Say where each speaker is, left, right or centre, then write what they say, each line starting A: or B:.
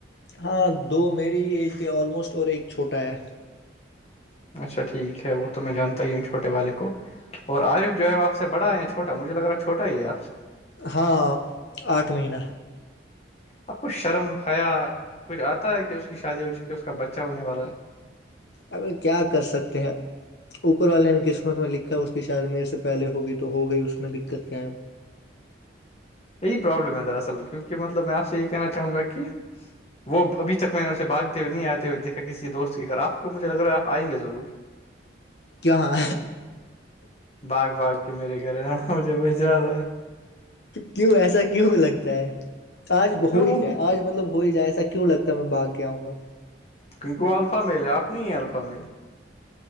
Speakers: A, on the left; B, on the left.
A: ہاں دو میری ایج کے آلموسٹ اور ایک چھوٹا ہے
B: اچھا ٹھیک ہے وہ تو میں جانتا ہی ہوں چھوٹے والے کو اور عارف جو ہے آ سے بڑا یا چھوٹا مجھے لگ رہا ہے چوٹا ہی ہے آپ سے
A: ہاں آٹھ مہینہ
B: اب کچھ شرم حیا کچھ آتا ہے کہ اس کی شادی ہو چکی اس کا بچہ ہونے والا ہے
A: اب کیا کر سکتے ہیں اوپر والے نے قسمت میں لکھا اس کی شاید میرے سے پہلے ہوگی تو ہوگئی اس میں دقت کیا ہے
B: یہی پروابلم ہے دراصل کیونکہ مطلب میں آپ سے یہی کہنا چاہوں گا کہ وہ ابھی تک میں نے اسے باگتے ہوئے نہیں آتے ہوئے دیکھا کسی دوست کے گھر آپ کو مجھے لگ رہا ہے آئیں گے ضرور
A: کیا ہاں
B: باگ باغ کے میرے گھر رہا مجھے بس جیاد
A: کیوں ایسا کیوں لگتا ہے آج
B: تو
A: ہو ہی
B: وہ
A: جائے آج مطلب ہو ہی جائے ایسا کیوں لگتا ہے میں باگ کے آؤں گا
B: کیونکہ وہ الفاامیل ہے آپ نہیں ہیں الفاامیل